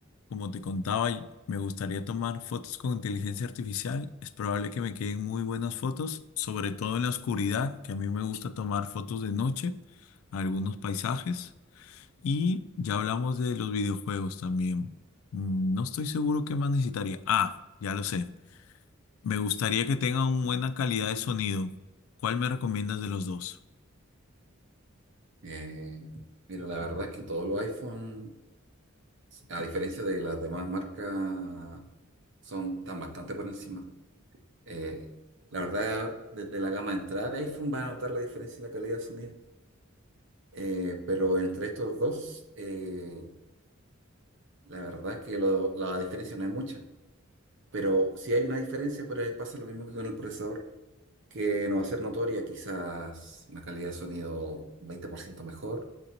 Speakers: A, on the left; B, on the right.
A: Como te contaba, y- me gustaría tomar fotos con inteligencia artificial. Es probable que me queden muy buenas fotos, sobre todo en la oscuridad, que a mí me gusta tomar fotos de noche, algunos paisajes. Y ya hablamos de los videojuegos también. Mm, No estoy seguro qué más necesitaría. Ah, ya lo sé. Me gustaría que tenga una buena calidad de sonido. ¿Cuál me recomiendas de los dos?
B: Eh, mira, la verdad es que todos los iPhone, a diferencia de las demás marcas, son tan bastante por encima. Eh, la verdad, desde la gama de entrada de iPhone va a notar la diferencia en la calidad de sonido. Eh, pero entre estos dos, eh, la verdad es que lo- la diferencia no es mucha. Pero sí hay una diferencia, pero eh, pasa lo mismo que con el procesador, que no va a ser notoria, quizás una calidad de sonido 20% mejor,